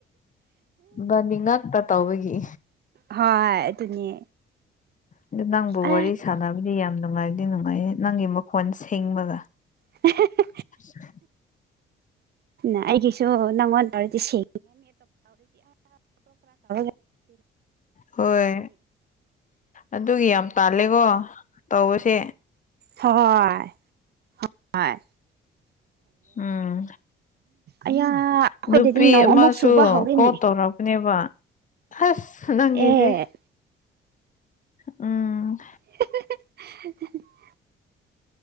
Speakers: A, on the left; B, on the right.
A: ꯕꯥꯅꯤ ꯉꯥꯛꯇ ꯇꯧꯕꯒꯤ
B: ꯍꯥ ꯑꯗꯨꯅꯦ
A: ꯑꯗꯨ ꯅꯪꯕꯨ
B: ꯑ
A: ꯋꯥꯔꯤ ꯁꯥꯟꯅꯕꯗꯤ ꯌꯥꯝ ꯅꯨꯡꯉꯥꯏꯗꯤ ꯅꯨꯡꯉꯥꯏ ꯅꯪꯒꯤ ꯃꯈꯣꯟ ꯁꯦꯡ ꯕꯒ
B: <unintelligible>
A: ꯎ <inaudible>
B: ꯑꯩꯒꯤꯁꯨ ꯅꯪꯉꯣꯟ ꯇꯧꯔꯗꯤ ꯁꯤ <inaudible>
A: ꯍꯣꯏ ꯑꯗꯨꯒꯤ ꯌꯥꯝ ꯇꯥꯜꯂꯦꯀꯣ ꯇꯧꯕꯁꯦ
B: ꯍꯣꯏ ꯍꯣꯏ
A: ꯎꯝ
B: ꯑꯌꯥ ꯑꯩꯈꯣꯏꯗꯗꯤ
A: ꯅꯨꯄꯤ
B: ꯅꯣꯡ
A: ꯑꯃꯁꯨ
B: ꯑꯃꯨꯛ ꯆꯨꯕ ꯍꯧꯔꯦꯅꯦ
A: ꯀꯣꯜ ꯇꯧꯔꯛꯄꯅꯦꯕ ꯑꯁ ꯅꯪꯒꯤꯖꯤ
B: ꯑꯦ
A: ꯎꯝ
B: <unintelligible>